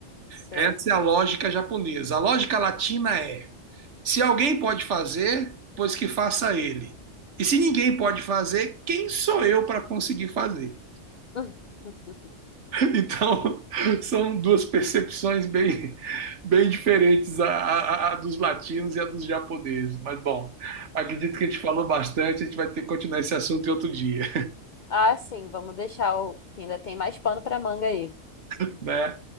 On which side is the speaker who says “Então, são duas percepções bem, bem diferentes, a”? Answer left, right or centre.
Right